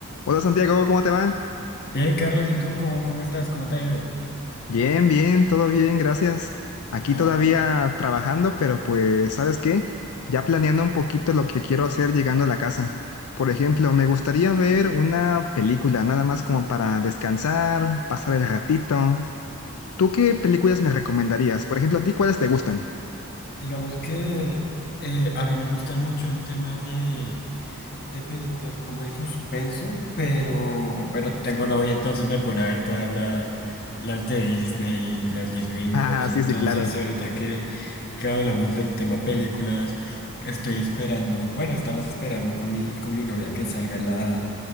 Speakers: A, on the left; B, on the left.
A: Hola Santiago, ¿cómo te va?
B: Bien, Carlos, ¿y tú cómo, cómo estás? ¿Cómo te ha ido?
A: Bien, bien, todo bien, gracias. Aquí
B: Ah,
A: todavía
B: me-
A: trabajando, pero pues, ¿sabes qué? Ya planeando un poquito lo que quiero hacer llegando a la casa. Por ejemplo, me gustaría ver una película, nada más como para descansar, pasar el ratito. ¿Tú qué películas me recomendarías? Por ejemplo, ¿a ti cuáles te gustan? <laughs>
B: digamos que eh, a mí me gustan mucho el tema de, de películas como de suspenso, pero, pero tengo novia, entonces me pone a ver todas las, las de Disney, las de DreamWorks.
A: Ah,
B: Entonces,
A: sí, sí, claro.
B: ahorita que, que hablamos del tema películas, estoy esperando, bueno, estamos esperando con mi, con mi novia que salga la,